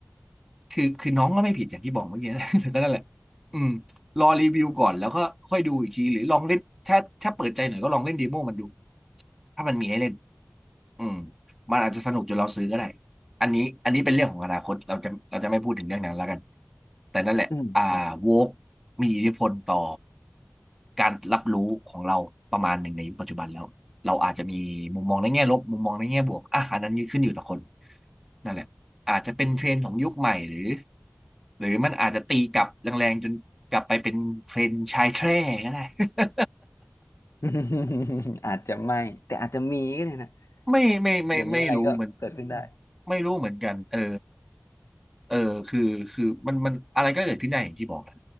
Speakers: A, in the centre; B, on the left.
A: คือคือน้องก็ไม่ผิดอย่างที่บอกเมื่อกี้นะ <laughs> แต่ก็นั่นแหละอืมรอรีวิวก่อนแล้วก็ค่อยดูอีกทีหรือลองเล่นถ้าถ้าเปิดใจหน่อยก็ลองเล่นเดโมมันดูถ้ามันมีให้เล่นอืมมันอาจจะสนุกจนเราซื้อก็ได้อันนี้อันนี้เป็นเรื่องของอนาคตเราจะเราจะไม่พูดถึงเรื่องนั้นแล้วกันแต่นั่นแหละอ่าโวก
B: อืมครับ
A: มีอิทธิพลต่อการรับรู้ของเราประมาณหนึ่งในยุคปัจจุบันแล้วเราอาจจะมีมุมมองในแง่ลบมุมมองในแง่บวกอ่ะอันนั้นขึ้นอยู่ต่อคน นั่นแหละอาจจะเป็นเทรนด์ของยุคใหม่หรือหรือมันอาจจะตีกลับแรงๆจนกลับไปเป็นเทรนด์ชายแคร่ก็ได้ <laughs>
B: <laughs> อาจจะไม่แต่อาจจะมีก็ได้นะ
A: ไม่ไม่ไม่ไม่รู้เหมือน
B: เดี๋ยวนี้อะไรก็เกิดขึ้นได้
A: ไม่รู้เหมือนกันเออเออคือคือมันมันอะไรก็เกิดขึ้นได้อย่างที่บอกแหละ